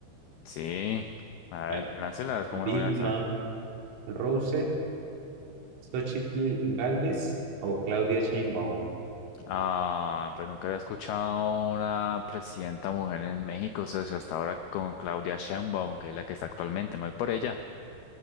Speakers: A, on the left (about 90°); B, on the right (about 85°).
A: sí. A
B: Bueno,
A: ver, láncelas,
B: Dilma
A: ¿cómo no voy a saber?
B: Rousseff, Xochitl Galvez o Claudia Sheinbaum.
A: Ah, pues nunca había escuchado una presidenta mujer en México, socio, hasta ahora con Claudia Sheinbaum, que es la que está actualmente. Me voy por ella.